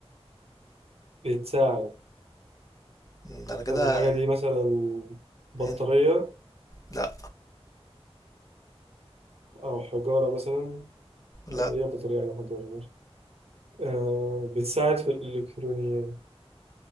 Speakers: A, on the right; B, on the left.
A: بتساعد
B: مم، ده أنا كده
A: طب الحاجة دي مثلا بطارية
B: هنت لأ
A: أو حجارة مثلا آه،
B: لأ
A: هي بطارية أو حجارة ماشي آه، بتساعد في الإلكترونيات